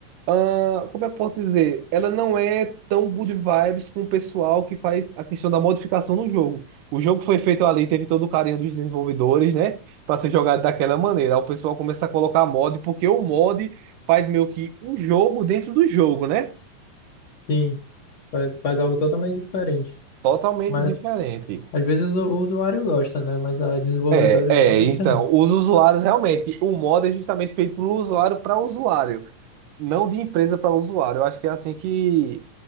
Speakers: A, on the right; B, on the left.
A: ah, como eu posso dizer? Ela não é tão good vibes com o pessoal que faz a questão da modificação no jogo. O jogo foi feito ali, teve todo o carinho dos desenvolvedores, né? para ser jogado daquela maneira. Aí o pessoal começa a colocar mod, porque o mod faz meio que um jogo dentro do jogo, né?
B: Sim, fa- faz algo totalmente diferente.
A: Totalmente
B: Mas
A: diferente.
B: às vezes o, o usuário gosta, né? Mas a desenvolvedora
A: É,
B: geralmente
A: é, então,
B: não.
A: os usuários realmente, o mod é justamente feito para o usuário para usuário, não de empresa para usuário. Eu acho que é assim que,